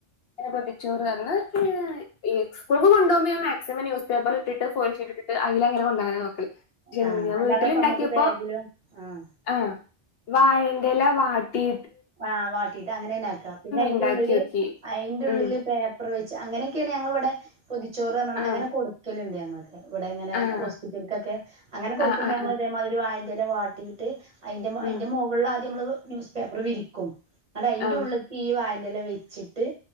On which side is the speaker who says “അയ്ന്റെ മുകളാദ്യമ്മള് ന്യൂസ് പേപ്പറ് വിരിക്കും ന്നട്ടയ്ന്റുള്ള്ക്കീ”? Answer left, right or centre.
Right